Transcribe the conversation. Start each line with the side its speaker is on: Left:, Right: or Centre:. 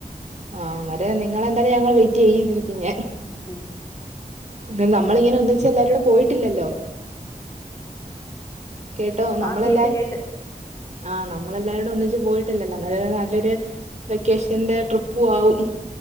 Right: ആഹ് ഇന്നട്ട് നിങ്ങളെന്തായാലും ഞങ്ങള് വെയിറ്റെയ്തിരിക്കും ഞാൻ
Left: ആഹ്
Right: ഇത് നമ്മളിങ്ങനെ ഒന്നിച്ച് എല്ലാരൂടെ പോയിട്ട്ല്ലല്ലോ കേട്ടോ ന്നമ്മളെല്ലാ
Left: ആ കേട്ട് കേട്ട്
Right: ആഹ് ന്നമ്മളെല്ലാരൂടെ ഒന്നിച്ച് പോയിട്ടില്ലല്ലോ എന്നാല്ലൊരു നല്ലൊര് വെക്കേഷന്റെ ട്രിപ്പും ആവും ഹ്മ്മ്